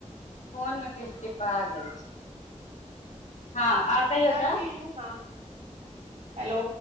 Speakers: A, on the left (about 80°); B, on the right (about 60°).
A: फोनमे किछ टिपा गेल छै हँ आओर कहियौ
B: चाय
A: तऽ
B: पीलू हँ हेलो